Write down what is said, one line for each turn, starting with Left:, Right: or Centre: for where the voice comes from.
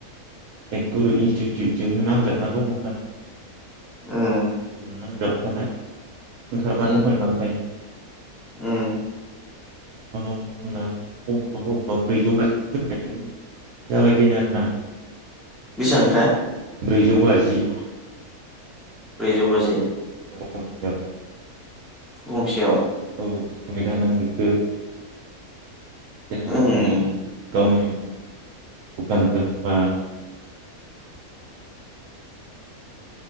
Right: एक गुरु इनस्टिटिउटजोंनो नांजाबना दंमोन आरो
Centre: उम
Right: नांजाबखानाय ओंखारबानो
Centre: उम
Right: मोनलांखायो
Centre: उम
Right: दा बेयाव बबेबा बबेबा ब्रैजौ बाजिफोरनिफ्रायनो जागायजेननो आरो ना।
Centre: बेसेबांनिफ्राय
Right: ब्रैजौ बाजि?
Centre: ब्रैजौ बाजि।
Right: गांसेयाव
Centre: गंसेयाव
Right: औ <unintelligible> जेनेबा
Centre: उम
Right: नोङो गावनि दखानफोरबा <unintelligible>